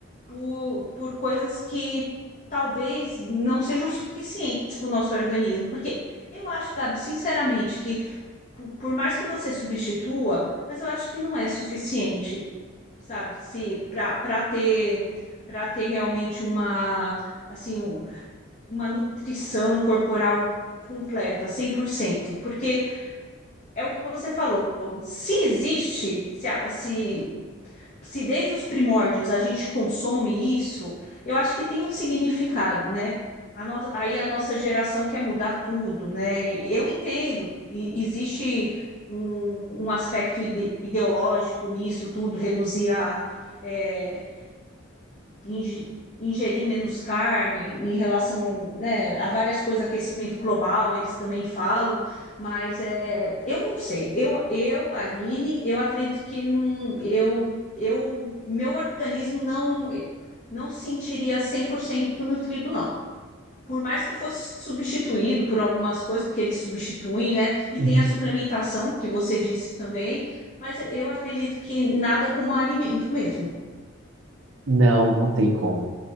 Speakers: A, on the left; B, on the right.
A: por, por coisas que talvez não sejam suficientes para o nosso organismo. Porque eu acho, Gabi, sinceramente, que por, por mais que você substitua, mas eu acho que não é suficiente, sabe? Se para para ter para ter realmente uma assim, um- uma nutrição corporal completa, 100% porque é o que você falou, se existe, se, a- se, se desde os primórdios a gente consome isso, eu acho que tem um significado, né? A no- Aí a nossa geração quer mudar tudo, né? Eu entendo, e- existe um, um aspecto ide- ideológico nisso tudo, reduzir a, é, inge- ingerir menos carne em relação, né, a várias coisas, aquecimento global, eles também falam, mas é, eu não sei. Eu, eu, Aline, eu acredito que não, eu, eu, meu organismo não não sentiria 100% nutrido, não. Por mais que fosse substituído por algumas coisas, porque eles substituem, né? E
B: uhum.
A: tem a suplementação, que você disse também, mas eu acredito que nada como alimento mesmo.
B: Não, não tem como.